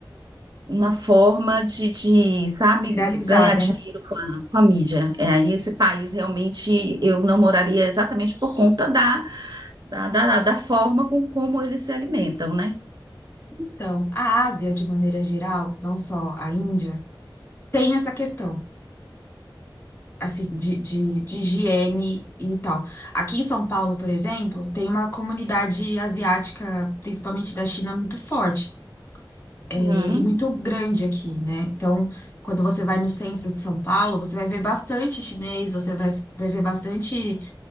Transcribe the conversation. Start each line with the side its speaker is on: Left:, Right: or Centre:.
Right: uma forma de, de, sabe,
Left: viralizar,
Right: ganhar
Left: né?
Right: dinheiro com a, com a mídia. É, aí esse país realmente eu não moraria exatamente por conta da, da, da, da forma com como eles se alimentam, né?
Left: Então, a Ásia, de maneira geral, não só a Índia, tem essa questão. assim, de, de, de higiene e tal. Aqui em São Paulo, por exemplo, tem uma comunidade asiática, principalmente da China, muito forte, é,
Right: Uhum.
Left: e muito grande aqui, né? Então, quando você vai no centro de São Paulo, você vai ver bastante chinês, você vai, vai ver bastante.